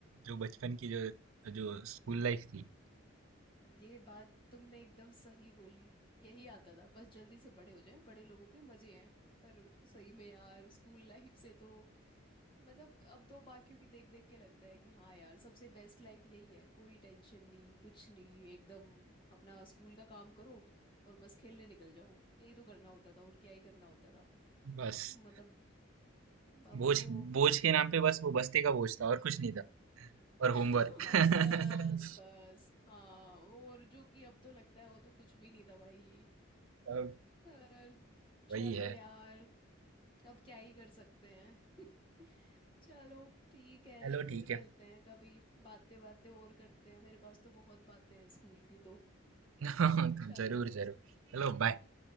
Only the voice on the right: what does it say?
जो बचपन की जो जो स्कूल लाइफ थी
बस
बोझ
बोझ के नाम पे बस वो बस्ते का बोझ था और कुछ नहीं था और
होमवर्क <laughs>
सब
वही है
चलो
ठीक है
<laughs>
जरूर जरूर चलो बाय